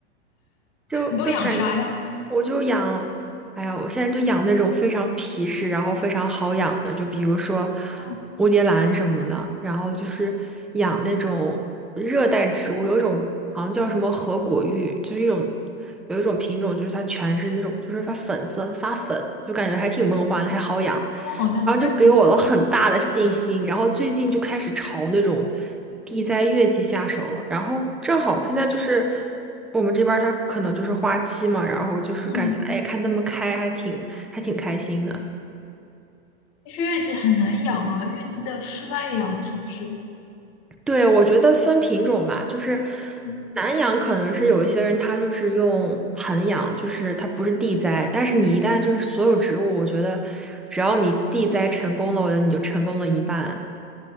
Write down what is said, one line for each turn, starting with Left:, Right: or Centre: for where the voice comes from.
Centre: 就就感觉
Left: 你都养啥呀？
Centre: 我就养，哎呀，我现在就养那种非常皮实，然后非常好养的，就比如说
Left: 嗯，
Centre: 蝴蝶兰什么的，然后就是养那种热带植物，有一种好像叫什么合果芋，就是一种有一种品种，就是它全是那种，就是发粉色发粉，就感觉还挺梦幻的，还好养。
Left: 啊我好像见过，
Centre: 然后就给我了很大的信心，然后最近就开始朝那种地栽月季下手了。然后正好现在就是我们这边儿它可能就是花期嘛，然后就是感觉哎看它们开还挺还挺开心的。
Left: 嗯，但是月季很难养啊，月季在室外养是不是？
Centre: 对，我觉得分品种吧，就是
Left: 嗯，
Centre: 南养可能是有一些人他就是用盆养，就是它不是地栽，但是你一旦就是所有植物，我觉得只要你地栽成功了，我觉得你就成功了一半，